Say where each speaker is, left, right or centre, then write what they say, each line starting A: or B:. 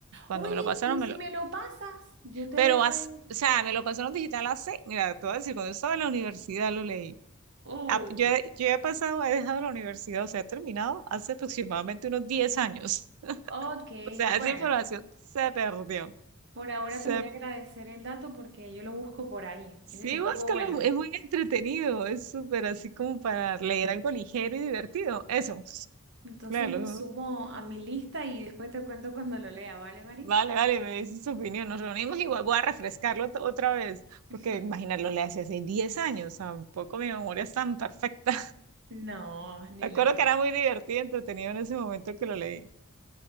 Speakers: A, on the right (about 85°); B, on the right (about 55°).
A: Cuando
B: Oye,
A: me lo pasaron,
B: ¿y si
A: me lo,
B: me lo pasas? Yo te
A: Pero,
B: dejo
A: as-
B: ahí.
A: o sea, me lo pasaron digital hace, mira, te voy a decir, cuando yo estaba en la universidad lo leí.
B: Oh,
A: Ah, Yo, he- yo he pasado, he dejado la universidad, o sea, he terminado hace aproximadamente unos 10 años. <laughs>
B: ok.
A: O sea,
B: Bueno,
A: esa información se perdió.
B: por ahora
A: Se,
B: te voy a agradecer el dato porque yo lo busco por ahí.
A: sí,
B: E- Estuvo
A: búscalo,
B: bueno.
A: es muy entretenido, es súper así como para leer algo ligero y divertido. Eso,
B: Entonces
A: claro.
B: lo sumo a mi lista y después te cuento cuando lo lea, ¿vale, Mari?
A: Vale, vale, me dices tu opinión. Nos reunimos igual, voy a refrescarlo to- otra vez, porque
B: <laughs>
A: imaginarlo le hace hace 10 años, tampoco mi memoria es tan perfecta.
B: No, ni
A: Me acuerdo
B: lo.
A: que era muy divertido y entretenido en ese momento que lo leí.